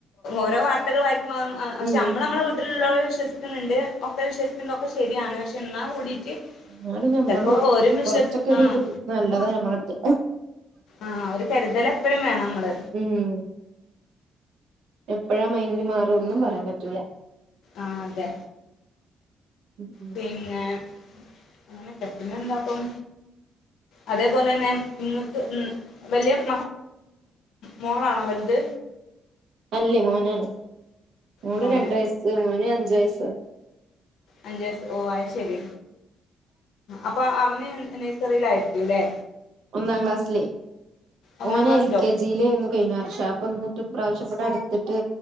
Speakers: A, on the left; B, on the right.
A: ഓരോ വാർത്തകൾ വായി <unintelligible> പക്ഷെ
B: ഉം
A: നമ്മള് നമ്മളെ വീട്ടിലുള്ളവരെ വിശ്വസിക്കുന്നുണ്ട് ഒക്കെ വിശ്വസിക്കുന്നുണ്ട് ഒക്കെ ശ രിയാണ് പക്ഷെ എന്നാ കൂടിയിട്ട്
B: എന്നാലും ഞമ്മള്
A: ചിലപ്പോ ഓരും വിശ്വസി
B: കൊർച്ചൊക്കെ ഒരു
A: ആഹ്
B: ഇത് നല്ലതാ ഞമ്മള അടുത്ത്
A: ആഹ് ഒരു കരുതൽ എപ്പഴും വേണം നമ്മള്
B: ഉം എപ്പഴാ മൈൻഡ് മാറ ഒന്നും പറയാൻ പറ്റൂല
A: ആഹ് അതെ
B: ഉം
A: പിന്നെ അങ്ങനെ പിന്നെ എന്താപ്പം അതേപോലെ തന്നെ നിങ്ങൾക്ക് ഉം വലിയ മ മോളാണോ വൽത്
B: അല്ലേ മോനാണ് മോള്
A: മോന്
B: രണ്ട് വയസ്സ് മോന് അഞ്ചു വയസ്
A: അഞ്ചു വയസു ഓഹ് ആയ് ശരി അപ്പൊ അവന് നെയ് സെറിയിലായ്ര്ക്കൂ ലെ
B: ഒന്നാം ക്ലാസ്സ്ലേ
A: ഒന്നാം
B: ഓന്
A: ക്ലാസ്സിലോ
B: എൽ കെ ജി ലേന്നു കഴിഞ്ഞ വർഷം അപ്പ ഇന്ന്ട്ട് ഇപ്രാവശ്യം ഇവടട്ത്ത്ട്ട്